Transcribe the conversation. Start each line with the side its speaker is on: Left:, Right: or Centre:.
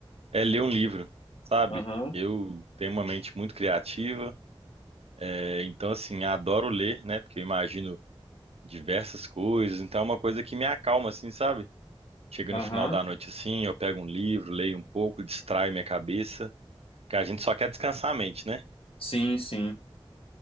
Right: é ler um livro, sabe?
Left: Aham,
Right: Eu tenho uma mente muito criativa, é, então assim, adoro ler, né? Porque eu imagino diversas coisas, então é uma coisa que me acalma assim, sabe? Chega
Left: aham.
Right: no final da noite assim, eu pego um livro, leio um pouco, distraio minha cabeça, porque a gente só quer descansar a mente, né?
Left: Sim, sim.